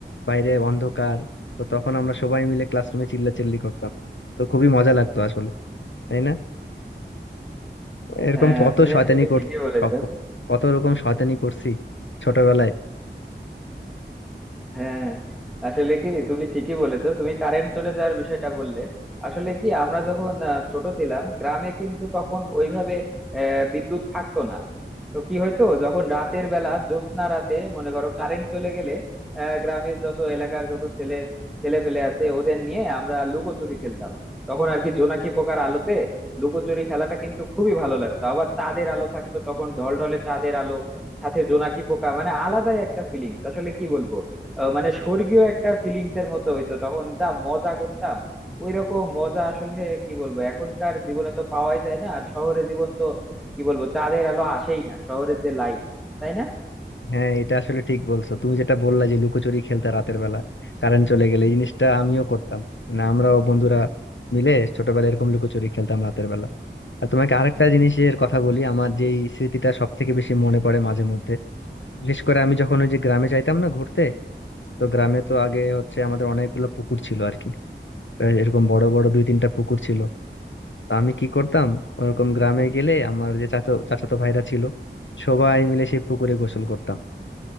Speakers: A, on the left; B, in the centre.
A: বাইরে অন্ধকার তো তখন আমরা সবাই মিলে ক্লাসরুমে চিল্লাচিল্লি করতাম তো খুবই মজা লাগতো আসলে তাই না এরকম
B: হ্যাঁ
A: কত
B: তুমি
A: শয়তানি
B: আসলে
A: কর
B: ঠিকই বলেছো
A: সব- কত রকম শয়তানি করছি ছোটবেলায়
B: হ্যাঁ আসলে কি তুমি ঠিকই বলেছো তুমি কারেন্ট চলে যাওয়ার বিষয়টা বললে আসলে কি আমরা যখন আহ, ছোট ছিলাম গ্রামে কিন্তু তখন ওইভাবে আহ, বিদ্যুৎ থাকতো না তো কি হয়তো যখন রাতের বেলা জ্যোৎস্না রাতে মনে করো কারেন্ট চলে গেলে আহ, গ্রামের যত এলাকার যত ছেলে ছেলে পেলে আছে ওদের নিয়ে আমরা লুকোচুরি খেলতাম তখন আর কি জোনাকি পোকার আলোতে লুকোচুরি খেলাটা কিন্তু খুবই ভালো লাগতো আবার চাঁদের আলো থাকতো তখন ঢলঢলে চাঁদের আলো সাথে জোনাকি পোকা মানে আলাদাই একটা ফিলিংস আসলে কি বলবো আহ, মানে স্বর্গীয় একটা ফিলিংস এর মতো হইতো তখন যা মজা করতাম ওই রকম মজা আসলে কি বলবো এখনকার জীবনে তো পাওয়াই যায় না আর শহরে জীবন তো কি বলবো চাঁদের আলো আসেই না শহরের যে লাইট তাই না
A: হ্যাঁ এটা আসলে ঠিক বলছো তুমি যেটা বললা যে লুকোচুরি খেলতে রাতের বেলা কারেন্ট চলে গেলে এই জিনিসটা আমিও করতাম না আমরাও বন্ধুরা মিলে ছোটবেলায় এরকম লুকোচুরি খেলতাম রাতের বেলা আর তোমাকে আরেকটা জিনিসের কথা বলি আমার যেই স্মৃতিটা সব থেকে বেশি মনে পড়ে মাঝে মধ্যে বিশেষ করে আমি যখন ওই যে গ্রামে যাইতাম না ঘুরতে তো গ্রামে তো আগে হচ্ছে আমাদের অনেকগুলো পুকুর ছিল আর কি আর এরকম বড় বড় দুই তিনটা পুকুর ছিল তো আমি কি করতাম ওরকম গ্রামে গেলে আমার যে চাচা চাচাতো ভাইরা ছিল সবাই মিলে সেই পুকুরে গোসল করতাম